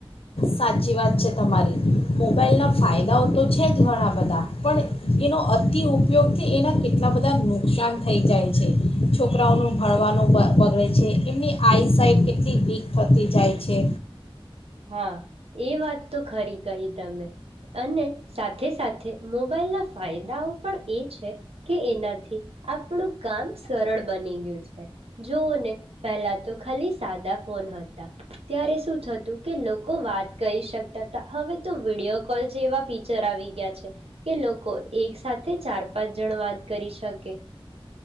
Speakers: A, on the left; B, on the right.
A: સાચી વાત છે તમારી. મોબાઈલના ફાય દાઓ તો છે જ ઘણા બધા પણ એનો અતિ ઉપયોગથી એના કેટલા બધા નુકસાન થઈ જાય છે. છોકરાઓનું ભણવાનું બ-બગડે છે એમની આઈ સાઇટ કેટલી વીક થતી જાય છે.
B: હા. એ વાત તો ખરી કહી તમે અને સાથે સાથે મોબાઈલના ફાયદાઓ પણ એ છે કે એનાથી આપણું કામ સરળ બની ગયું છે. જોઓને પહેલા તો ખાલી સાદા ફોન હતા ત્યારે શું થતું કે લોકો વાત કરી શકતા હતા હવે તો વિડીયો કોલ એવા ફીચર આવી ગયા છે કે લોકો એક સાથે ચાર પાંચ જણ વાત કરી શકે.